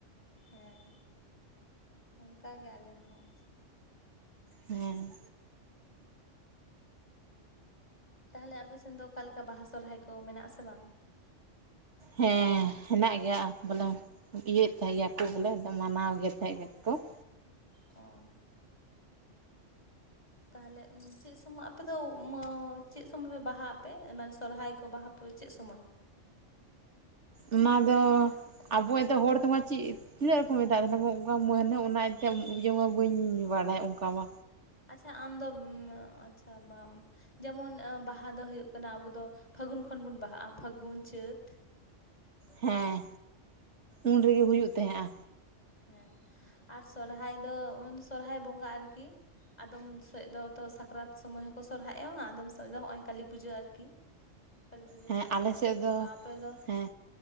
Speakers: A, on the left; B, on the right.
A: ᱦᱮᱸ, ᱚᱱᱠᱟ ᱜᱮ ᱟᱞᱮ ᱦᱚᱸ᱾
B: ᱦᱩᱸ
A: ᱛᱟᱦᱚᱞᱮ ᱟᱯᱮ ᱥᱮᱱ ᱫᱚ ᱚᱠᱟ ᱞᱮᱠᱟ ᱵᱟᱦᱟ ᱥᱚᱦᱨᱟᱭ ᱠᱚ ᱢᱮᱱᱟᱜ-ᱟ ᱥᱮ ᱵᱟᱝ?
B: ᱦᱮᱸ ᱦᱮᱱᱟᱜ ᱜᱮᱭᱟ ᱵᱚᱞᱮ᱾ ᱤᱭᱟᱹᱭᱮᱫ ᱛᱟᱦᱮᱸ ᱜᱮᱭᱟ ᱠᱚ ᱵᱚᱞᱮ ᱟᱫᱚ ᱢᱟᱱᱟᱣ ᱜᱮ ᱛᱟᱦᱮᱸ ᱜᱮᱠᱚ <unintelligible>
A: ᱚᱸ ᱛᱟᱦᱚᱞᱮ ᱪᱮᱫ ᱥᱚᱢᱚᱭ ᱟᱯᱮ ᱪᱮᱫ ᱥᱚᱢᱚᱭ ᱯᱮ ᱵᱟᱦᱟᱜ ᱟᱯᱮ ᱢᱟᱱᱮ ᱥᱚᱨᱦᱟᱭ ᱠᱚ ᱵᱟᱦᱟ ᱛᱚ ᱪᱮᱫ ᱥᱚᱢᱚᱭ?
B: ᱚᱱᱟ ᱫᱚ
A: ᱢᱟᱱᱮ ᱚᱠᱟ
B: ᱟᱵᱚ
A: ᱵᱚᱸᱜᱟ
B: ᱮᱛᱚᱫ ᱦᱚᱲ ᱛᱮ ᱢᱚᱸᱡᱽ ᱪᱮᱫ ᱛᱤᱱᱟᱹᱜ ᱨᱚᱠᱚᱢ ᱢᱮᱛᱟᱜ ᱛᱟᱦᱮᱱᱟ ᱚᱱᱠᱟ ᱢᱟᱹᱦᱱᱟᱹ ᱚᱱᱟ ᱮᱱᱛᱮᱫ ᱤᱭᱟᱹ ᱢᱟ ᱵᱟᱹᱧ ᱵᱟᱲᱟᱭ ᱚᱱᱠᱟ ᱢᱟ᱾
A: ᱟᱪᱪᱷᱟ ᱟᱢᱫᱚ ᱟᱪᱪᱷᱟ ᱵᱟᱢ ᱡᱮᱢᱚᱱ ᱵᱟᱦᱟ ᱫᱚ ᱦᱩᱭᱩᱜ ᱠᱟᱱᱟ ᱟᱵᱚ ᱫᱚ ᱯᱷᱟᱹᱜᱩᱱ ᱠᱷᱚᱱ ᱵᱚᱱ ᱵᱟᱦᱟᱜᱼᱟ᱾ ᱯᱷᱟᱹᱜᱩᱱ, ᱪᱟᱹᱛ,
B: ᱦᱮᱸ ᱩᱱ ᱨᱮᱜᱮ ᱦᱩᱭᱩᱜ ᱛᱟᱦᱮᱸᱜᱼᱟ᱾
A: ᱦᱮᱸ ᱟᱨ ᱥᱚᱨᱦᱟᱭ ᱫᱚ‌ ᱩᱱ ᱥᱚᱨᱦᱟᱭ ᱵᱚᱸᱜᱟ ᱟᱨ ᱠᱤ᱾ ᱟᱫᱚᱢ ᱥᱮᱫ ᱫᱚ ᱛᱚ ᱥᱟᱠᱨᱟᱛ ᱥᱚᱢᱚᱭ ᱦᱚᱸᱠᱚ ᱥᱚᱨᱦᱟᱭᱚᱜᱼᱟ, ᱟᱫᱚᱢ ᱥᱮᱫ ᱫᱚ ᱦᱚᱸᱜᱼᱚᱭ ᱠᱟᱹᱞᱤ ᱯᱩᱡᱟᱹ ᱟᱨᱠᱤ᱾ ᱠᱟᱹᱞᱤ ᱯᱩᱡᱟᱹ
B: ᱦᱮᱸ
A: ᱯᱚᱨᱮ
B: ᱟᱞᱮ
A: ᱯᱚᱨᱮ
B: ᱥᱮᱫ ᱫᱚ
A: ᱛᱚ ᱟᱯᱮ ᱫᱚ
B: ᱦᱮᱸ